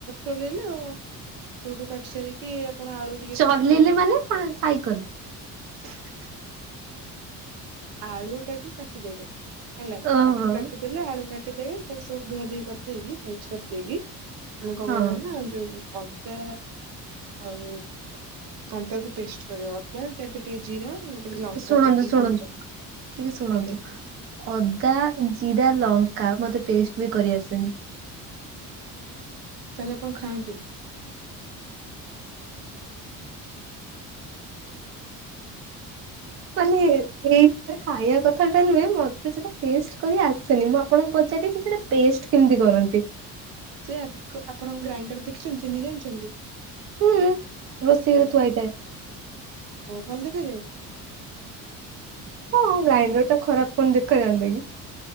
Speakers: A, on the right (about 75°); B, on the right (about 40°).
A: ଚଲେଇଲେ ଆଉ। ସେଉଠୁ କାଟି ସାରିକି ଆପଣ ଆଳୁ ଟିକେ
B: ଚଲେଇଲେ
A: କାଟିଦେଇ।
B: ମାନେ କଣ ସାଇକଲ <inaudible>
A: ଆଳୁଟାକୁ କାଟିଦେବେ ହେଲା
B: ଓହୋ।
A: ତାକୁ କାଟିଦେଲେ ଆଳୁ କାଟିଦେବେ ତାକୁ ସବୁ ଧୁଆ ଧୁଇ କରିଦେଇକି ଭେଜ କରିଦେଇକି ଆମେ କଣ
B: ହଁ
A: କରିବା ନା ଯୋଉ ଅଦା ଆଉ। ଅଦାକୁ ଟେଷ୍ଟ କରିବା ଅଦାଟା ଟିକେ ଜିରା ଟିକେ ଲଙ୍କା
B: ଶୁଣନ୍ତୁ
A: ପକେଇ
B: ଶୁଣନ୍ତୁ
A: କଞ୍ଚା
B: ଟିକେ ଶୁଣନ୍ତୁ
A: ଆଜ୍ଞା
B: ଅ ଙ୍କା ଜିରା ଲଙ୍କା ମତେ ପେଷ୍ଟ ବି କରି ଆସେନି।
A: ତାହେଲେ ଆପଣ ଖାଆନ୍ତୁନି।
B: ମାନେ ଏଇଟା ଖାଇବା କଥାଟା ନୁହେଁ ମତେ ସେଟା ପେଷ୍ଟ କରି ଆସନି ମୁଁ ଆପଣଙ୍କୁ ସେଠି ସେ ପୁରା ପେଷ୍ଟ କେମିତି କରନ୍ତି?
A: ଯେ ଆପ ଆପଣ ଗ୍ରାଇଣ୍ଡର ଦେଖିଛନ୍ତି ଚିହ୍ନି ଜାଣିଛନ୍ତି?
B: ହୁଁ ରୋଷେଇ ଘରେ ଥୁଆଇଥାଏ।
A: ଓଃ ଭଲ ଦେଖା ଯାଏ?
B: ହଁ ଗ୍ରାଇଣ୍ଡରଟା ଖରାପ କଣ ଦେଖାଯାନ୍ତା କି?